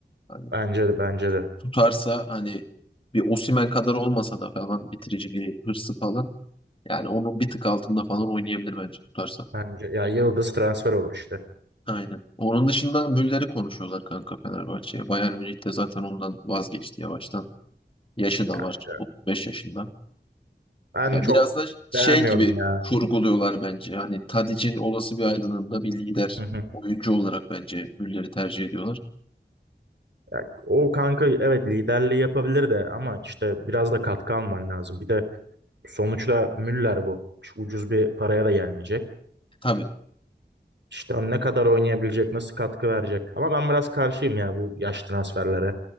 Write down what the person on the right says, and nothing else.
Bence de bence de.
Bence ya Yıldız transfer olur işte.
Kanka
ben
çok
beğenmiyorum
ya.
Hı hı.
Ya, o kanka evet liderliği yapabilir de ama işte biraz da katkı alman lazım. Bir de sonuçta Müller bu. Şu ucuz bir paraya da gelmeyecek.
İşte o ne kadar oynayabilecek, nasıl katkı verecek. Ama ben biraz karşıyım ya bu yaş transferlere.